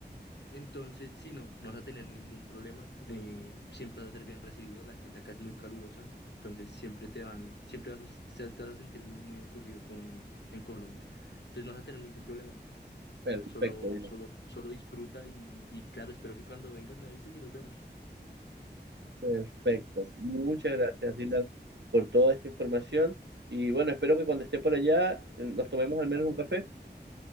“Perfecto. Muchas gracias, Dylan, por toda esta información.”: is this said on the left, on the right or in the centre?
Right